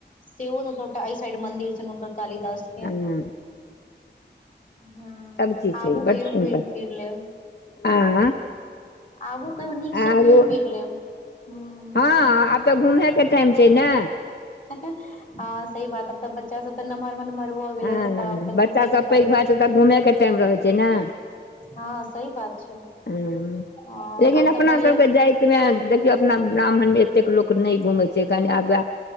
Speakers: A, on the left; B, on the left.
A: सेहो सब सबटा अई साइड मंदिर छनि हुनकर कालिदास
B: ह
A: ह
B: सभचीज छै
A: आबू
B: बड्ड
A: कहियो
B: सुन्दर
A: घुमि फिर लेब
B: आँ
A: आबू कहियौ नीकसँ
B: आगू
A: घुमि फिर लेब ह्म
B: हँ आब तऽ घूमैके टाइम छै ने
A: हँ सही बात अब तऽ बच्चा सब तऽ नम्हर नम्हर नम्हर भ गेले
B: हँ
A: त आब तऽ घूमे
B: बच्चासभ
A: के
B: पैघ
A: टाइम
B: भए छै तऽ घूमेके टाइम रहैत छै ने
A: हँ सही बात छै
B: हँ
A: हँ
B: लेकिन
A: आब
B: अपना
A: तऽ पहिले
B: सबके जातिमे देखियौ अपना ब्राह्मणमे एतेक लोक नहि घूमैत छै कनि आब उएह